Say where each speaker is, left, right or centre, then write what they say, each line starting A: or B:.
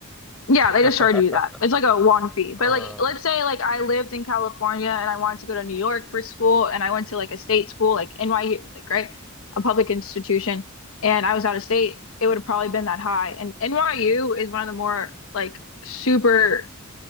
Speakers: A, on the left; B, in the centre.
A: Yeah,
B: <laughs>
A: they just charge you that. It's like a one fee. But
B: Uh,
A: like let's say like I lived in California and I wanted to go to New York for school and I went to like a state school like NYU like right? A public institution and I was out of state, it would have probably been that high. And NYU
B: mm,
A: is one of the more like super